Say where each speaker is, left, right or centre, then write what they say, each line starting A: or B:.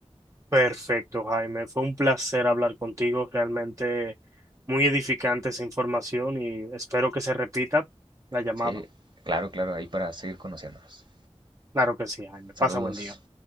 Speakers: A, on the right; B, on the right.
A: Perfecto, Jaime. Fue un placer hablar contigo. Realmente muy edificante esa información y espero que se repita la llamada.
B: Sí, claro, claro, ahí para seguir conociéndonos.
A: Claro que sí, Jaime.
B: Saludos.
A: Pasa buen día.